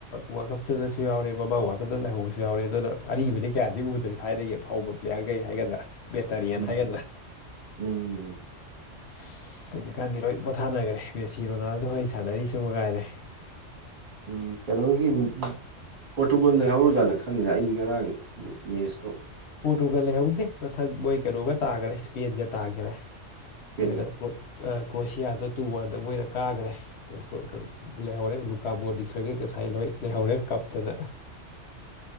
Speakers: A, on the left (about 65°); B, on the right (about 45°).
A: ꯋꯥꯔꯜ ꯀꯞ ꯆꯠꯅꯁꯨ ꯌꯥꯎꯔꯦ ꯃꯃꯥꯡ ꯋꯥꯔꯜ ꯀꯞꯇ ꯂ ꯂꯩꯍꯧꯕꯁꯨ ꯌꯥꯎꯔꯦ ꯑꯗꯨꯅ ꯑꯔꯤꯕꯗꯤ ꯀꯌꯥꯗꯤ ꯎꯗ꯭ꯔꯦ ꯊꯥꯏꯅꯒꯤ ꯑꯐꯥꯎꯕ ꯄ꯭ꯂꯦꯌꯥꯔꯒꯩ ꯍꯥꯏꯒꯗ꯭ꯔꯥ ꯕꯦꯇꯔꯤꯌꯥꯟ
B: ꯎꯝ
A: ꯍꯥꯏꯒꯥꯗ꯭ꯔ
B: ꯎꯝ
A: <unintelligible> ꯍꯧꯖꯤꯛꯀꯥꯟꯗꯤ ꯂꯣꯏ ꯄꯣꯊꯥꯅꯈ꯭ꯔꯦ ꯃꯦꯁꯤ ꯔꯣꯅꯥꯜ ꯗꯣ ꯍꯣꯏ ꯁꯥꯟꯅꯔꯤꯁꯤ ꯃ ꯉꯥꯏꯔꯦ
B: ꯎꯝ ꯀꯩꯅꯣ ꯍꯣꯏꯒꯤ ꯄꯣꯔꯇꯨꯒꯜꯅ ꯂꯩꯍꯧꯔꯥ ꯖꯥꯠꯂꯥ ꯈꯪꯗꯦꯗꯥ ꯑꯩ ꯉꯔꯥꯡ ꯃꯦꯁꯇꯣ
A: ꯄꯣꯔꯇꯨꯒꯜ ꯂꯩꯍꯧꯗꯦ ꯃꯊꯪ ꯃꯣꯏ ꯀꯩꯅꯣꯒ ꯇꯥꯈꯔꯦ ꯏꯁꯄꯦꯟꯒ ꯇꯥꯈꯔꯦ
B: ꯏꯁꯄꯦꯟꯒ
A: ꯃꯣꯏꯅꯑꯀꯣꯏ ꯀ꯭ꯔꯣꯁꯤꯌꯥꯗꯣ ꯇꯨ ꯋꯥꯟꯗ ꯃꯣꯏꯅ ꯀꯥꯈ꯭ꯔꯦ ꯑꯣ ꯂꯩꯍꯧꯔꯦ ꯂꯨꯀꯥꯕꯣꯔꯗꯤ ꯁꯣꯏꯒ ꯃꯣꯏ ꯂꯣꯏ ꯂꯩꯍꯧꯔꯦ ꯀꯞꯇꯅ